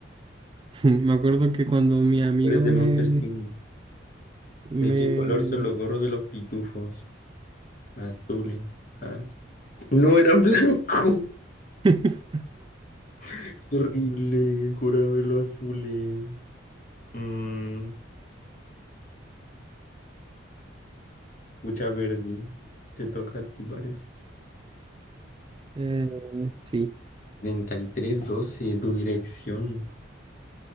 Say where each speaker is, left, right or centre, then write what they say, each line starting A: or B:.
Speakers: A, on the right (about 25°); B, on the left (about 40°).
A: <laughs> Me acuerdo que cuando mi amigo
B: Tú Eres de
A: me...
B: Monster Inc. ¿De
A: me...
B: qué color son los gorros de los pitufos? Azules. Ah, No eran blanco.
A: <laughs>
B: <laughs> Horrible, juraba verlo azules. Mmm, mucha verde. Te toca a ti, parece.
A: eh, sí.
B: Treinta y tres doce, tu dirección.